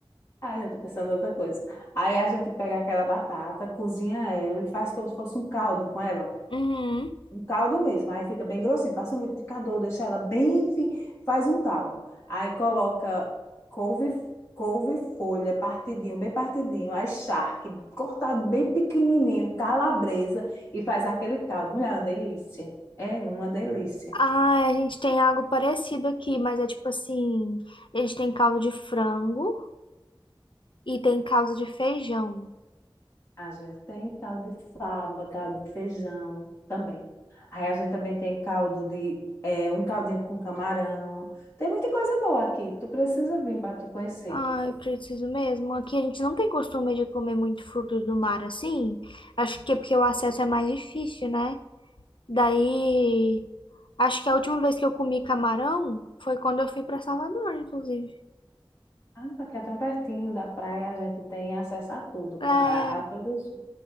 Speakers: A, on the left; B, on the left.
A: Ai, eu tô pensando em outra coisa. Aí a gente pega aquela batata, cozinha ela e faz como se fosse um caldo com ela.
B: Uhum.
A: Um caldo mesmo, aí fica bem grossinho. Passa um liquidificador, deixa ela bem. fi- Faz um caldo. Aí coloca couve, couve folha, partidinho, bem partidinho. Aí charque, cortado bem pequenininho, calabresa, e faz aquele caldo. Mulher, é uma delícia. É uma delícia.
B: Ah, a gente tem algo parecido aqui, mas é tipo assim, eles têm caldo de frango e tem caldo de feijão.
A: A gente tem caldo de fava, caldo de feijão também. Aí a gente também tem caldo de. é, um caldinho com camarão. Tem muita coisa boa aqui. Tu precisa vir para tu conhecer.
B: Ah, eu preciso mesmo. Aqui a gente não tem costume de comer muito frutos do mar assim. Acho que é porque o acesso é mais difícil, né? Daí, acho que a última vez que eu comi camarão foi quando eu fui para Salvador, inclusive.
A: Ah, porque é tão pertinho da praia, a gente tem acesso a tudo, ca-
B: É,
A: a, a todos.